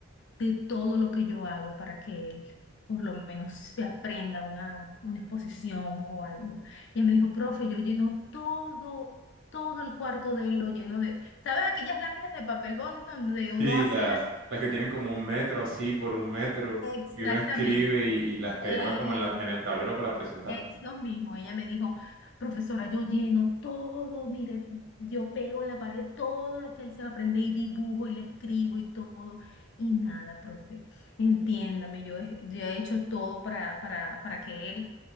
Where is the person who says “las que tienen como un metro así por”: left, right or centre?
Right